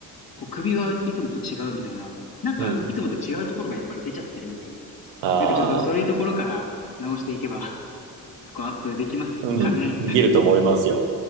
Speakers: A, on the left (about 55°); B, on the right (about 90°).
A: こう首がいつもと違うみたいな、なんか、
B: うん。
A: いつもと違うところがやっぱり出ちゃってるんですよ。
B: ああ、
A: なんかちょっとそういうところから直していけば、スコアアップできますかね。
B: うん。できると思いますよ。